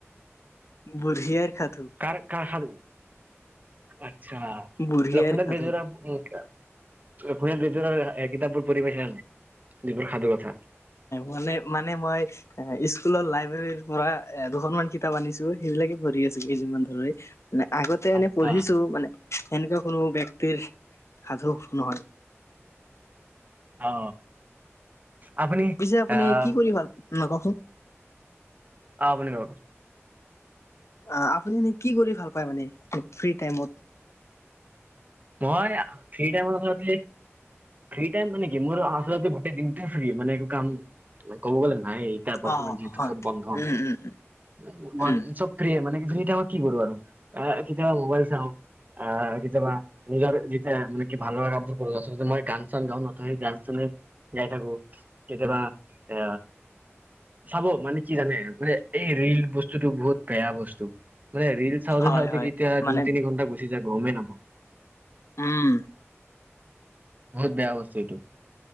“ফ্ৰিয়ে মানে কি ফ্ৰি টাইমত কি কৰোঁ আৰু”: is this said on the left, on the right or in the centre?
Right